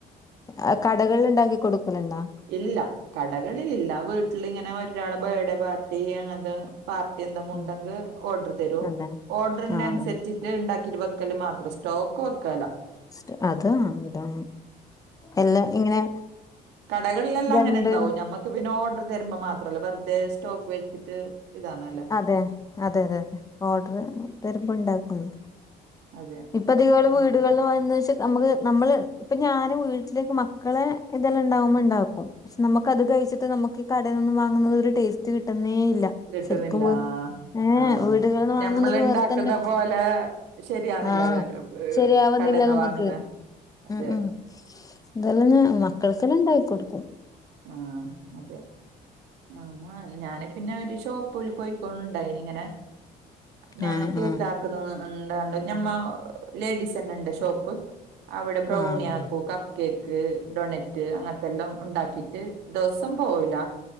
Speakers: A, on the left; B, on the right.
A: അഹ് കടകളിൽ ണ്ടാക്കി കൊടുക്കല്ണ്ടോ
B: ഇല്ല കടകളിലില്ല വീട്ടില് ഇങ്ങനെ ഒരാള് ബേഡേ പാർട്ടി അങ്ങൻത്തെ പാർട്ടി എന്തെങ്കു ഉണ്ടെങ്കി
A: ഉം
B: ഓഡർ തരൂ
A: അതെ
B: ഓഡർനൻസര്ച്ച്
A: ആഹ്
B: ഇ ഇണ്ടാക്കീട്ട് വെക്കല് മാത്രം സ്റ്റോക്ക് വെക്കാലോ
A: സ്റ്റ് അത് ആവിടെ എല്ലാ ഇങ്ങനെ
B: കടകളെല്ലാംങ്ങെ
A: രണ്ട്
B: ഇണ്ടാവും നമ്മക്ക് പിന്നെ ഓർഡർ തരുമ്പോ മാത്രമല്ലേ വെറുതെ സ്റ്റോക്ക് വെച്ചിട്ട് ഇതാന്നല്ലോ
A: അതെ അതെ അതെ അതെ ഓർഡർ തരുമ്പോ ഇണ്ടാക്കുന്നു
B: അതെ
A: ഇപ്പതികൾ
B: ഉം
A: വീടുകളിൽ വെച്ചാ നമുക്ക് നമ്മള് ഇപ്പൊ ഞൻ വീട്ടിലേക്ക് മക്കളെ എന്തെല്ലാം ഇണ്ടാവുമ്പോ ഇണ്ടാക്കും ക്ഷെ നമുക്ക്ത് കഴിച്ചിട്ട് നമുക്ക് ഈ കടയിൽന്നും വാങ്ങുന്നത് ഒരു ടേസ്റ്റ് കിട്ടുന്നേ ഇല്ല ശരിക്കും
B: ക്കിട്ടുന്നില്ല
A: ഏഹ്
B: ആഹ
A: വീടുകളിന്ന് വാങ്ങുന്നത്
B: ഞമ്മൾ ഇണ്ടാക്കുന്ന
A: വേറെ തന്നെ
B: പോലെ ശരിയാന്നില്ലല്ല
A: ആഹ്
B: ഹെ
A: ശരിയാവുന്നില്ല
B: കടന്ന്
A: നമുക്ക്
B: വാങ്ങുന്ന അതെ
A: ഉം ഉം ഇതെല്ലാം ഞാ മക്കൾക്കെല്ലാം ഇണ്ടായി കൊടുക്കും
B: ആഹ അതെ ആ ഞാനെ പിന്നെ ഒരു ഷോപ്പല് പോയിക്കൊണ്ടായിനി ഇങ്ങനെ ഞൻ
A: ആഹ്
B: കേ
A: ആഹ്
B: ക്ക <unintelligible> നല്ല ണ്ട്‌ ഞമ്മ ലേഡീസ് തന്നെ ഇണ്ട് ഷോപ്പ് അവിടെ ബ്രൗണി
A: ആഹ്
B: ആക്കൂ കപ്പ് കേക്ക് ഡൊണറ്റ് അങ്ങനത്തെ എല്ലാം ഉണ്ടാക്കി റ്റ് ദെവസം പോവുല